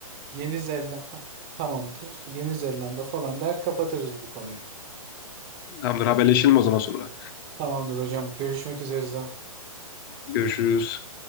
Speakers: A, on the right (about 35°); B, on the left (about 35°).
A: Yeni Zelanda tamamdır. Yeni Zelanda falan der kapatırız bu konuyu.
B: tamamdır haberleşelim o zaman sonra.
A: Tamamdır hocam. Görüşmek üzere.
B: Görüşürüz.